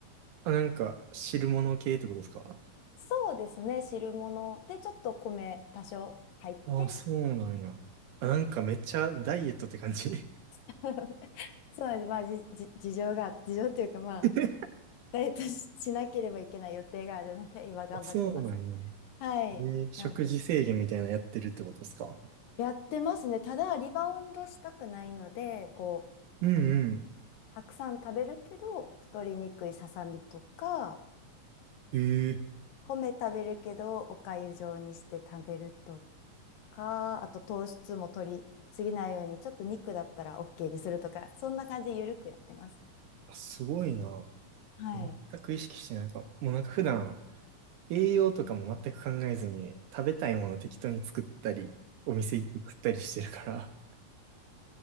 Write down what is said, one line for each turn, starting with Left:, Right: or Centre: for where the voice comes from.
Right: あ、なんか、汁物系ってことですか
Left: そうですね、汁物でちょっと米多少入って、
Right: あ、そうなんや。あ、なんかめっちゃダイエットって感じ。
Left: <laughs> そうなんです。まあ、じ、じ、事情が、事情というかまあ、
Right: <laughs>
Left: ダイエットし、しなければいけない予定があるので、今頑張ってます。
Right: あ、そうなんや。
Left: はい。
Right: えー、食事制限みたいなのやってるってことですか
Left: なんて、やってますね。ただ、リバウンドしたくないので、こう、
Right: うんうん。
Left: たくさん食べるけど、太りにくいささみとか、
Right: ええ
Left: 米食べるけど、お粥状にして食べるとか、あと糖質も取りすぎないように、ちょっと肉だったら OK にするとか、そんな感じでゆるくやってます。
Right: あ、すごいな。
Left: はい。
Right: 全く意識してないかも。もうなんか普段、栄養とかも全く考えずに、食べたいもの適当に作ったり、お店行って食ったりしてるから。